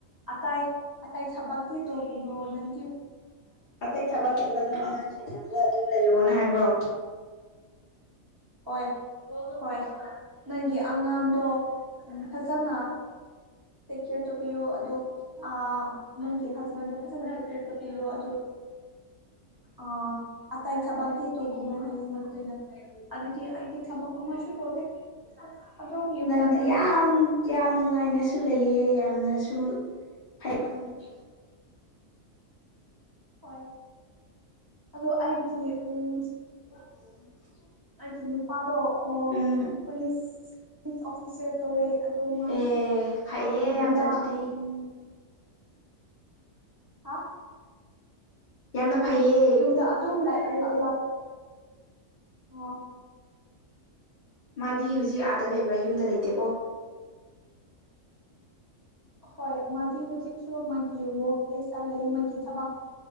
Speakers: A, on the right; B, on the left.
A: ꯑꯇꯥꯏ꯫ ꯑꯇꯩ ꯊꯥꯕꯛꯇꯤ ꯇꯣꯒꯅꯣ ꯅꯪ
B: ꯑꯇꯩ ꯊꯕꯛ ꯇꯧꯕꯅꯣ ꯑꯉꯥꯡ ꯁꯦꯟꯅꯔꯒ ꯑꯗꯨꯝ ꯂꯩꯌꯣꯅ ꯍꯥꯏꯕ꯭ꯔꯣ꯫
A: ꯍꯣꯏ ꯍꯣꯏ ꯅꯪꯒꯤ ꯑꯉꯥꯡꯗꯣ꯫ ꯎꯝ ꯐꯖꯅ ꯇꯦꯛ ꯀꯦꯌꯔ ꯇꯧꯕꯤꯌꯣ ꯑꯗꯨ ꯑꯥ꯫ ꯅꯪꯒꯤ ꯍꯁꯕꯦꯟꯗ ꯐꯖꯅ ꯇꯤꯀꯦꯠꯄ ꯄꯤꯌꯣ ꯑꯗꯨ ꯑ ꯑꯇꯩ ꯊꯕꯛꯇꯤ ꯇꯧꯒꯅꯨ ꯍꯥꯏꯌꯦ ꯃꯈꯣꯏꯅ꯫ ꯑꯗꯨꯗꯤ ꯑꯩꯒꯤ ꯊꯕꯛ ꯑꯃꯁꯨ ꯇꯧꯗꯦ꯫ ꯑꯗꯨꯝ ꯌꯨꯝꯗ
B: ꯅꯪꯗꯤ
A: ꯂꯩꯌꯦ
B: ꯌꯥꯝ ꯌꯥꯝ ꯅꯨꯡꯉꯥꯏꯅꯁꯨ ꯂꯩꯌꯦ ꯌꯥꯝꯅꯁꯨ ꯐꯩ ꯄꯅꯪꯒꯤ
A: ꯍꯣꯏ ꯑꯗꯣ ꯑꯩꯗꯤ ꯎꯝ꯫
B: <inaudible>
A: ꯑꯩꯒꯤ ꯅꯨꯄꯥꯗꯣ ꯑꯣ
B: ꯎꯝ
A: ꯄꯨꯂꯤꯁ꯫ ꯄꯨ ꯑꯣꯐꯤꯁꯔ ꯇꯧꯋꯦ ꯑꯗꯣ ꯃꯥꯗꯤ
B: ꯑꯦ ꯐꯩꯌꯦ
A: ꯑꯥ ꯌꯨꯝꯗ
B: ꯌꯥꯝꯅ ꯑꯗꯨꯗꯤ
A: ꯎꯝ ꯍꯥ
B: ꯌꯥꯝꯅ ꯐꯩꯌꯦ
A: ꯌꯨꯝꯗ ꯑꯗꯨꯝ ꯂꯩ ꯂꯥꯛ ꯂꯥꯥꯛ ꯑꯣ꯫
B: ꯃꯥꯗꯤ ꯍꯧꯖꯤꯛ ꯑꯥꯗ ꯂꯩꯕ꯭ꯔꯥ ꯌꯨꯝꯗ ꯂꯩꯇꯦꯀꯣ꯫
A: ꯍꯣꯏ ꯃꯥꯗꯤ ꯍꯧꯖꯤꯛꯁꯨ ꯃꯥꯒꯤ ꯋꯥꯋꯔꯛ ꯄ꯭ꯂꯦꯁ ꯆꯂ ꯃꯥꯒꯤ ꯊꯕꯛ꯫